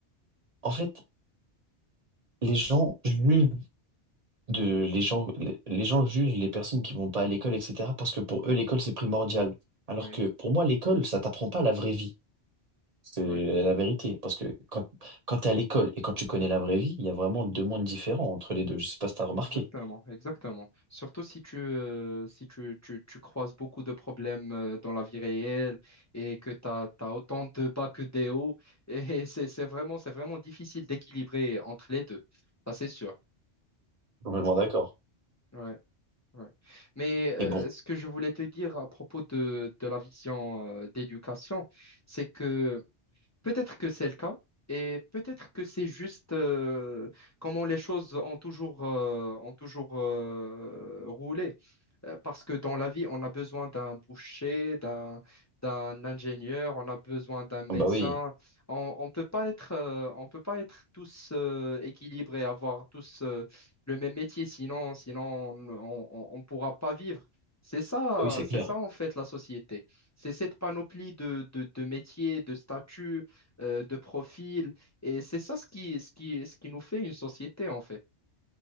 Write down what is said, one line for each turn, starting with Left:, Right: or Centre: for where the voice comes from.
Right: en fait, les gens jugent. de les gens les les gens jugent les personnes qui vont pas à l'école etc parce que pour eux l'école c'est primordial alors
Left: Oui,
Right: que pour moi l'école ça t'apprend pas la vraie vie c'est
Left: oui,
Right: la vérité parce que quand quand t'es à l'école et quand tu connais la vraie vie il y a vraiment deux mondes différents entre les deux je sais pas si t'as remarqué
Left: exactement, exactement. Surtout si tu, euh, si tu, tu, tu croises beaucoup de problèmes euh, dans la vie réelle et que tu as, autant de bas que des hauts. Et <laughs> c'est, c'est vraiment, c'est vraiment difficile d'équilibrer entre les deux. Ça, c'est sûr.
Right: complètement d'accord
Left: Ouais, ouais. Mais euh,
Right: et bon
Left: ce que je voulais te dire à propos de, de la vision euh, d'éducation, c'est que Peut-être que c'est le cas et peut-être que c'est juste euh, comment les choses ont toujours, euh, ont toujours euh, roulé. Euh, Parce que dans la vie, on a besoin d'un boucher, d'un d'un ingénieur, on a besoin d'un médecin.
Right: ah bah oui
Left: On on peut pas être, euh, on peut pas être tous euh, équilibrés, avoir tous euh, le même métier, sinon, sinon on ne on, on- pourra pas vivre. C'est ça,
Right: Ah oui c'est
Left: c'est
Right: clair
Left: ça en fait la société. C'est cette panoplie de, de, de métiers, de statuts euh, de profil. Et c'est ça ce qui, ce qui, ce qui nous fait une société, en fait.